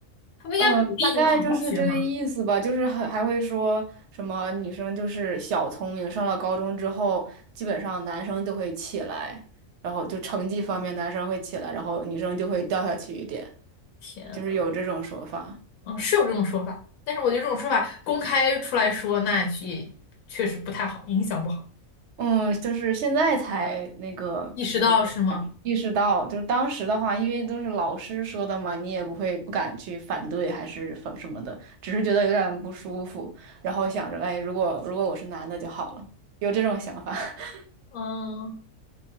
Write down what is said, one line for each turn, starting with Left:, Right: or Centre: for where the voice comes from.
Left: 他不应该鼓励你们好好学吗？
Right: 嗯，大概就是这个意思吧。就是还还会说什么女生就是小聪明，上了高中之后，基本上男生就会起来，然后就成绩方面男生会起来，然后女生就会掉下去一点，
Left: 天呐，
Right: 就是有这种说法。
Left: 嗯，是有这种说法，但是我觉得这种说法公开出来说，那也确实不太好，影响不好，
Right: 嗯，就是现在才那个，
Left: 意识到是吗？
Right: 就是意识到，就是当时的话，因为都是老师说的嘛，你也不会不敢去反对，还是反什么的，只是觉得有点不舒服，然后想着，哎，如果如果我是男的就好了，有这种想法。<laughs>
Left: 嗯，